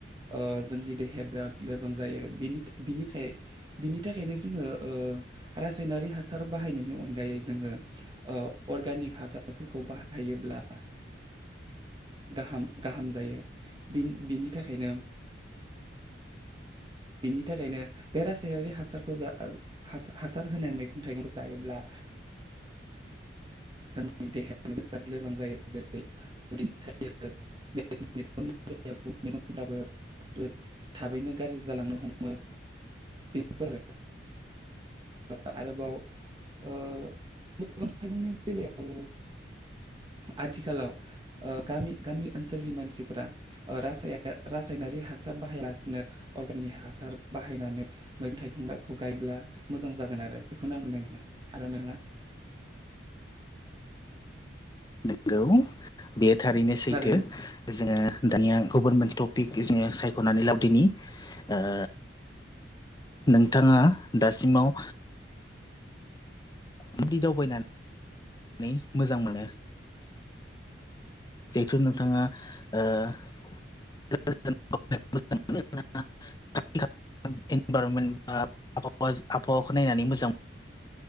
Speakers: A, on the right (about 25°); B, on the left (about 20°).
A: ओ जोंनि देहाया बिराद लोरबां जायो बिनिथ बिनिखाय बिनि थाखायनो जोङो ओ रासायनारि हा सार बाहायनायनि अनगायै जोङो ओ अर्गानिक हासारफोरखौ बाहायोब्ला गाहाम गाहाम जायो बिनि बिनि थाखायनो बिनि थाखायनो बे रासायारि हासारखौ जा ओ हासार हासार होनाय मैगं थाइगं जायोब्ला
B: <inaudible>
A: जोंनि देहा राद लोरबां जायो जेरै उदै सायो <unintelligible> <unintelligible> थाबैनो गाज्रि जालांनो हमो बेफोर <unintelligible> आ-आरोबाव ओ <inaudible> बेलायाव आथिखालाव ओ गामि गामि ओनसोलनि मानसिफोरा ओ रासाया रासायना नारि हासार बाहायालासिनो अर्गानिक हासार बाहायनानै मै थाइगंगाखौ गायब्ला मोजां जागोन आरो बेखौनो आं <unintelligible> आरो नोङा
B: नोंगौ बेयो थारैनो सैथो
A: खोनादोंना
B: जोङो दानिया गुबुन मोनसे ट पिक जोङो सायख'नानै लाबदिनि ओ नोंथाङा दासिमाव बिदि दावबायनानै <inaudible> मोजां मोनो जिहेथु नोंथाङा ओ <unintelligible> <unintelligible> <unintelligible> बा आबहावा आबहावाखौ नायनानै मोजां